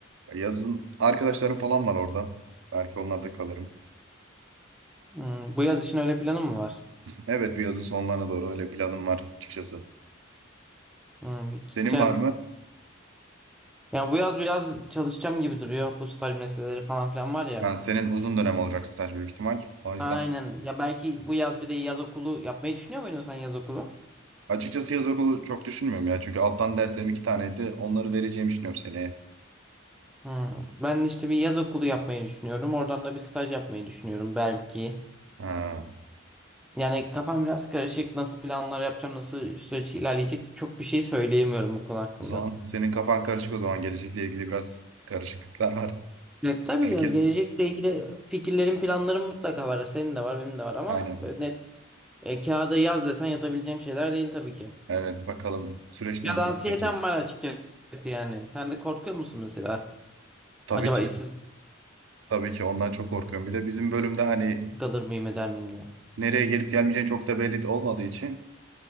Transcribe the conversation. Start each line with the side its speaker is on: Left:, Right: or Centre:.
Right: Yazın arkadaşlarım falan var orada. Belki onlarda kalırım.
Centre: Hmm. Bu yaz için öyle planın mı var?
Right: Evet bu yazın sonlarına doğru öyle planım var açıkçası.
Centre: Hmm. Gideceksin.
Right: Senin var mı?
Centre: Yani bu yaz biraz çalışacağım gibi duruyor. Bu staj meseleleri falan filan var ya.
Right: Ha, senin uzun dönem olacak staj büyük ihtimal. O yüzden
Centre: Aynen. Ya belki bu yaz bir de yaz okulu yapmayı düşünüyor muydun sen yaz okulu?
Right: açıkçası yaz okulu çok düşünmüyorum ya. Çünkü alttan derslerim iki taneydi. Onları vereceğimi düşünüyorum seneye.
Centre: Hmm. Ben işte bir yaz okulu yapmayı düşünüyorum. Oradan da bir staj yapmayı düşünüyorum belki.
Right: Ha.
Centre: Yani kafam biraz karışık. Nasıl planlar yapacağım, nasıl süreç ilerleyecek çok bir şey söyleyemiyorum bu konu hakkında.
Right: O zaman senin kafan karışık o zaman. Gelecekle ilgili biraz karışıklıklar var.
Centre: Evet tabii
Right: Herkes
Centre: ya gelecekle ilgili fikirlerim, planlarım mutlaka var. Senin de var, benim de var ama
Right: aynen.
Centre: böyle net e, kağıda yaz desen yatabileceğim şeyler değil tabii ki.
Right: Evet bakalım süreç neyi
Centre: Ya da
Right: gösterecek.
Centre: anksiyetem var açıkçası yani. Sen de korkuyor musun mesela?
Right: Tabii
Centre: Acaba
Right: ki.
Centre: işsiz
Right: Tabii ki ondan çok korkuyorum. Bir de bizim bölümde hani
Centre: kalır mıyım, eder miyim diye.
Right: nereye gelip gelmeyeceğin çok da belli de olmadığı için